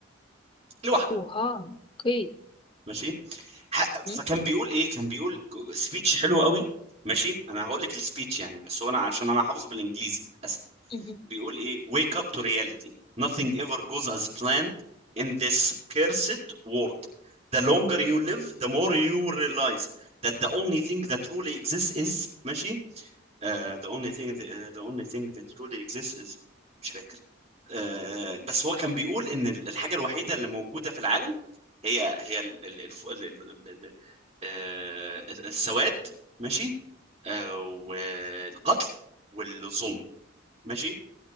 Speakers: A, on the right (about 30°); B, on the left (about 25°).
A: لوحده
B: اوها اوكي
A: ماشي ح- فكان
B: مم.
A: بيقول ايه كان بيقول سبيتش حلو قوي ماشي انا هقول لك السبيتش يعني بس هو انا عشان انا حافظ بالانجليزي للاسف
B: مم.
A: بيقول ايه wake up to reality nothing ever goes as planned in this cursed world the longer you live the more you realize that the only thing that truly exists is ماشي uh, the only thing uh, the only thing that truly exists is مش فاكر آه، بس هو كان بيقول ان الحاجه الوحيده اللي موجوده في العالم هي هي ال- ال- الف- ال- ال- ال- آه، السواد ماشي آه، والقتل والظلم ماشي